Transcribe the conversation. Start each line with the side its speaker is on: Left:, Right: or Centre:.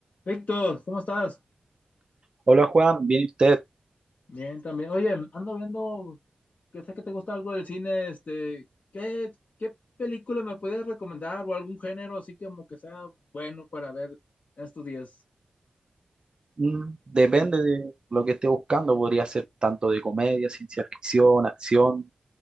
Left: Víctor, ¿cómo estás?
Right: Hola Juan, ¿viene usted?
Left: Bien, también. Oye, ando viendo que sé que te gusta algo del cine, este, ¿qué, qué película me puedes recomendar o algún género así que como que sea bueno para ver en estos días?
Right: Mm, depende de lo que esté buscando, podría ser tanto de comedia, ciencia ficción, acción.